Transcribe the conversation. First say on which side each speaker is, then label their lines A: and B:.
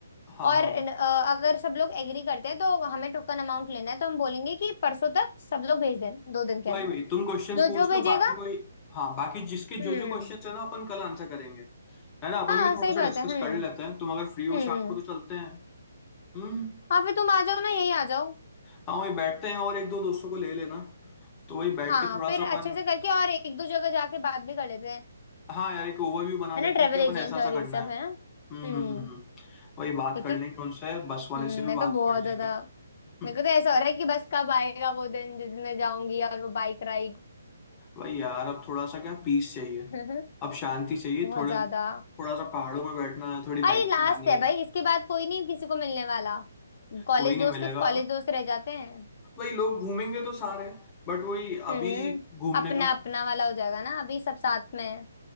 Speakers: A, on the left (about 20°); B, on the left (about 45°).
A: हाँ
B: और
A: हाँ
B: अ, अगर सब लोग एग्री करते हैं तो हमें टोकन अमाउंट लेना है तो हम बोलेंगे कि परसों तक सब लोग भेज देना दो दिन के
A: वही
B: अंदर
A: वही तुम क्वेश्चंस
B: जो
A: पूछ
B: जो
A: लो
B: भेजेगा
A: बाकी कोई हाँ बाकी जिसके
B: हम्म
A: जो जो क्वेश्चंस है ना अपन कल आंसर करेंगे है ना अपन
B: हाँ
A: भी थोड़ा
B: सही बात
A: सा डिस्कस
B: है हम्म
A: कर लेते हैं तुम अगर फ्री हो
B: हम्म
A: शाम को तो चलते हैं हम्म
B: हाँ फिर तुम आ जाओ ना यही आ जाओ
A: हाँ वही बैठते हैं और एक दो दोस्तों को ले लेना तो वही बैठ
B: हाँ
A: के थोड़ा
B: फिर
A: सा अपन
B: अच्छे से करके और एक दो जगह जाके बात भी कर लेते हैं
A: हाँ यार एक ओवरव्यू बना
B: है
A: लेते
B: ना ट्रेवल
A: हैं कि अपन
B: एजेंट
A: ऐसा ऐसा
B: और
A: करना
B: ये सब
A: है
B: है ना
A: हम्म
B: हम्म
A: हम्म हम्म हम्म। वही बात
B: ठीक
A: कर
B: है
A: लेंगे उनसे बस वाले
B: हम्म
A: से भी
B: मैं
A: बात
B: तो बहुत
A: कर
B: ज्यादा
A: लेंगे हम्म,
B: मेरे को तो ऐसा हो रहा है कि बस कब आएगा वो दिन जिसमें जाऊंगी और वो बाइक राइड
A: वही यार अब थोड़ा सा क्या पीस चाहिए
B: <laughs>
A: अब शांति चाहिए
B: बहुत
A: थोड़े
B: ज्यादा
A: थोड़ा सा पहाड़ों में बैठना है थोड़ी
B: और
A: बाइक
B: ये लास्ट
A: चलानी
B: है
A: है
B: भाई इसके बाद कोई नहीं किसी को मिलने वाला कॉलेज
A: कोई नहीं
B: दोस्त
A: मिलेगा
B: सिर्फ कॉलेज दोस्त रह जाते हैं
A: वही लोग घूमेंगे तो सारे बट वही
B: हम्म
A: अभी घूमने
B: अपना
A: का
B: अपना वाला हो जाएगा ना अभी सब साथ में है